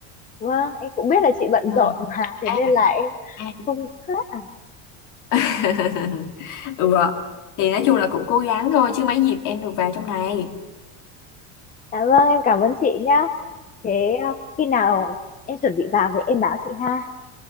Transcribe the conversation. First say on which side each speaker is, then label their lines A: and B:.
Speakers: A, on the left; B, on the left.
A: Vâng, em cũng biết là chị bận
B: ừ.
A: rộn mà, thế
B: à,
A: nên là em
B: à.
A: không hết.
B: <laughs> ừ. thì nói chung là cũng cố gắng thôi chứ mấy dịp em được vào trong này
A: Dạ vâng, em cảm ơn chị nhá. Thế à, khi nào em chuẩn bị vào thì em báo chị ha.